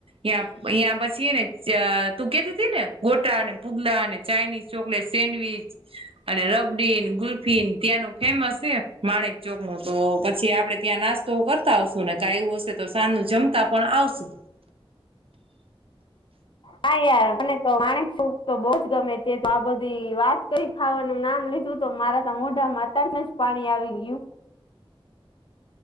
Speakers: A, on the right; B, on the left.
A: યહાં યહાં પછી હેને તું કેતી હતી ને ગોટા અને પૂગલા અને ચાઇનીઝ, ચોકલેટ, સેન્ડવીચ. અને રબડીન, ગુલ્ફીન ત્યાંનું ફેમસ છે માણેક ચોકનું તો પછી આપડે ત્યાં નાસ્તા તો કરતા આવશું ને કા એવું હશે તો સાજ નું જમતા પણ આવશું.
B: હા યાર મને તો માણકચોક તો બહુ જ ગમે તે આ બધી વાત કરી ખાવાનું નામ લીધું તો મારે તો મોઢામા અતારથી જ પાણી આવી ગયું.